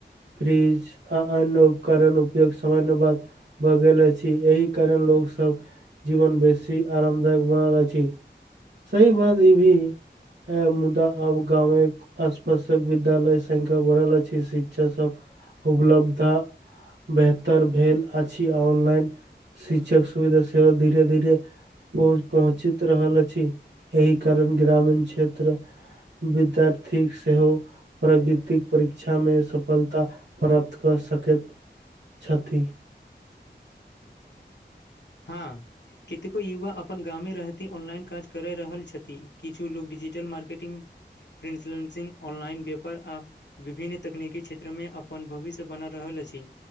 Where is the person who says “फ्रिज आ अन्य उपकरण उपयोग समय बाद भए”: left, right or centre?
Right